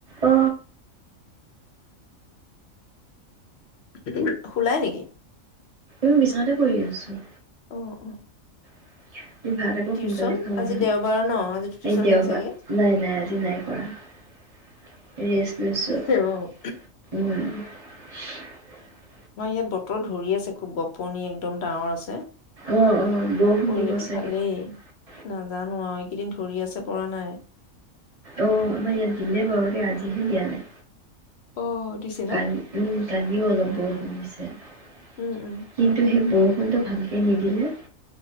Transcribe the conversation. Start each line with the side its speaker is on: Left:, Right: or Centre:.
Right: অ
Left: উ হু হুঁ শুলাই নেকি?
Right: ওম বিছনাতে পৰি আছো।
Left: অ অ
Right: <unintelligible> এই ভাত আকৌ
Left: টিউচন
Right: সোনকালে খালোঁ
Left: আজি
Right: নহয়
Left: দেওবাৰ ন' আজিতো টিউচন
Right: আজি দেওবাৰ
Left: নাই চাগে?
Right: নাই নাই আজি নাই কৰা ৰেষ্ট লৈছোঁ ওহ
Left: অ',
Right: । উঃ <unintelligible>
Left: নহয় ইয়াত বতৰ ধৰি আছে খুব গপ। কণী একদম ডাঙৰ আছে।
Right: অ অ বৰষুণ
Left: কৰিলেতো
Right: দিব চাগে
Left: ভালেই।
Right: -
Left: নাজানো আৰু এইকেইদিন ধৰি আছে পৰা নাই
Right: আহ আমাৰ ইয়াত দিলে বাৰু দে আজিহে দিয়া নাই
Left: অ', দিছে ন'?
Right: কালি উম কালিও অলপ বৰষুণ দিছে যে
Left: উম, উম,
Right: কিন্তু সেই বৰ ষুণ টো ভালকে নিদিলে